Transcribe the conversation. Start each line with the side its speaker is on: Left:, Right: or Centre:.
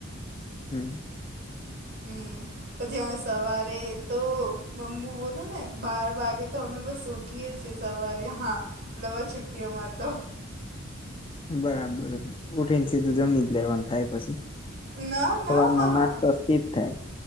Left: હમ.
Right: હમ. પછી અમે સવારે તો બમ્બુ બોલું ને બાર વાગે તો અમે બસ ઉ ઉઠીએ છીએ. સવારે હા નવા છુટ્ટીઓમાં તો.
Left: બરાબર ઉઠીને સીધું
Right: હમ
Left: જમી જ લેવાનું થાય પછી.
Right: ના ના
Left: સવારનો
Right: હા
Left: નાસ્તો સ્કીપ થાય.